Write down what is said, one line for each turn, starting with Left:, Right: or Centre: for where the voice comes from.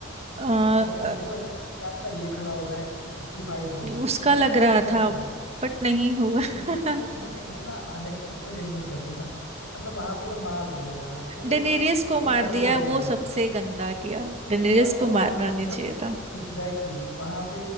Right: अ,
Left: या फिर मुझे
Right: अ,
Left: तो ऐसा था कि क्या पता ये खड़ा हो जाए इसकी फाइट हो
Right: उसका
Left: ऐसा
Right: लग
Left: कुछ सीन
Right: रहा
Left: हो सकता
Right: था
Left: था
Right: बट नहीं हुआ
Left: लेकिन
Right: <laughs>
Left: बट उन्होंने इतना अनएक्सपेक्टेड एंडिंग कर दी ना मतलब वहां पे जब मार दिया यार फिर वो
Right: डेनेरियस
Left: थोड़ा वो
Right: को मार
Left: एक्साइटमेंट
Right: दिया
Left: ड्रॉप
Right: वो
Left: हो
Right: सबसे
Left: गई
Right: गंदा किया डेनेरियस
Left: और
Right: को
Left: फिर
Right: मारना नहीं
Left: मतलब
Right: चाहिए था
Left: एग्जैक्टली exactly, वहां पे